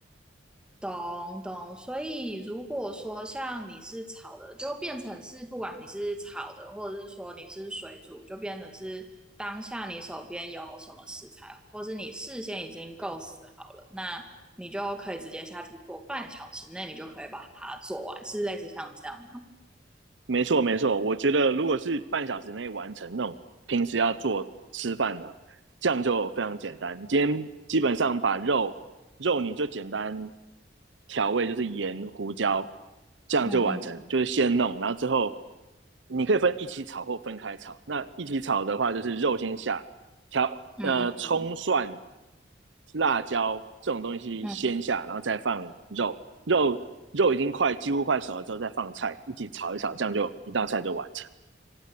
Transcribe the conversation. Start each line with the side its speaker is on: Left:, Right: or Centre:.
Centre: 懂懂，所以如果说像你是炒的，就变成是不管你是炒的，或者是说你是水煮，就变成是当下你手边有什么食材，或是你事先已经构思好了，那你就可以直接下去做，半小时内你就可以把它做完，是类似像这样吗？
Right: 没错，没错。我觉得如果是半小时内完成那种平时要做吃饭的，这样就非常简单。你今天基本上把肉肉你就简单调味，就是盐、胡椒，这样就完成。
Centre: 嗯嗯嗯
Right: 就是先弄，然后之后你可以分一起炒或分开炒。那一起炒的话，就是肉先下，调呃葱蒜、
Centre: 嗯嗯嗯
Right: 辣椒这种东西先下，
Centre: 嗯。
Right: 然后再放肉，肉肉已经快几乎快熟了之后，再放菜一起炒一炒，这样就一道菜就完成。